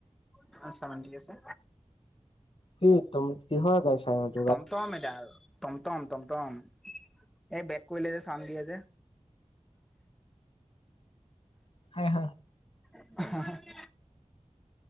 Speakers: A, in the centre; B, on the left.
A: ইমান চাউনড দি আছে।
B: কি তম কিহৰ চাই ম <unintelligible>
A: টমটম এদাল। টমটম টমটম, এই বেগ কৰিলে যে চাউন দিয়ে যে।
B: হয় হয়।
A: <inaudible>